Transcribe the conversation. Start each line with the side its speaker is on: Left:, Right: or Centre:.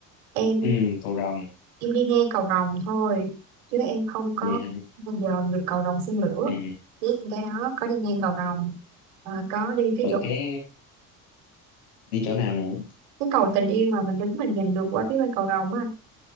Right: em
Left: Ừ, cầu rồng.
Right: em đi nghe cầu rồng thôi chứ em không có
Left: Vậy hả?
Right: bao giờ được cầu rồng xin lửa
Left: Ừ.
Right: biết cái đó có đi ngang cầu rồng à, có đi cái
Left: Rồi
Right: chỗ
Left: cái đi chỗ nào nữa?
Right: cái cầu tình yêu mà mình đứng mình nhìn được qua phía bên cầu rồng á